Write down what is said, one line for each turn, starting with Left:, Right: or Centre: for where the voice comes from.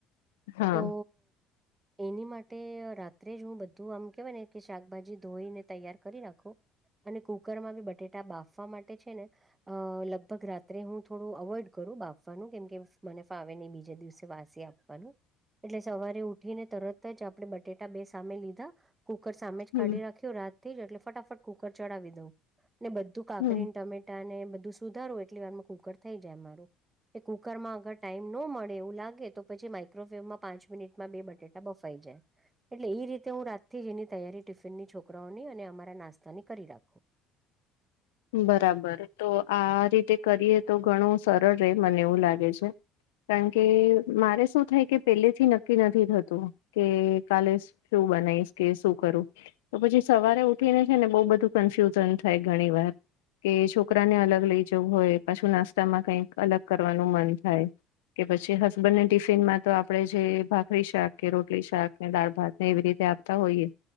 Left: હા.
Right: તો એની માટે રાત્રે જ હું બધું આમ કેવાય ને કે શાકભાજી ધોઈને તૈયાર કરી રાખુ. અને કુકર માં બી બટેટા બાફવા માટે છે ને અ લગભગ રાત્રે હું થોડું અવોઈડ કરું બાફવાનું કેમકે મને ફાવે નહી બીજા દિવસે વાસી એ આપવાનું એટલે સવારે ઉઠીને તરત જ આપણે બટેટા બે સામે લીધા કુકર સામે જ
Left: હમ
Right: કાઢી રાખ્યો રાતથી જ એટલે ફટાફટ કુકર ચડાવી દઉં ને બધું કાકરીને
Left: હમ
Right: ટમેટા ને બધું સુધારું એટલી વારમાં કુકર થઈ જાય મારું કે કુકર માં અગર ટાઈમ ન મળે એવું લાગે તો પછી માય મ્રો ફ્લેવમાં પાંચ મિનિટમાં બે બટેટા બફાઈ જાય. એટલે એ રીતે હું રાતથી એની તૈયારી ટિફિનની છોકરાઓની અને અમારા નાસ્તાની કરી રાખું.
Left: બરાબર તો આ રીતે કરીએ તો ઘણું સરળ ર મને એવું લાગે છે. કારણ કે મારે શું થાય કે પેલેથી નક્કી નથી થતું કે કાલે શું બનાવીશ કે શું કરવું. તો પછી સવારે ઉઠીને છે ને બહુ બધું કન્ફ્યુઝન થાય ઘણી વાર કે છોકરાને અલગ લઈ જવું હોય પાછું નાસ્તામાં કઈક અલગ કરવાનું મન થાય. કે પછી હસબન્ડને ટિફિનમાં તો આપડે જે ભાખરી શાક કે રોટલી શાક દાળ ભાત એવી રીતે આપતા હોઈએ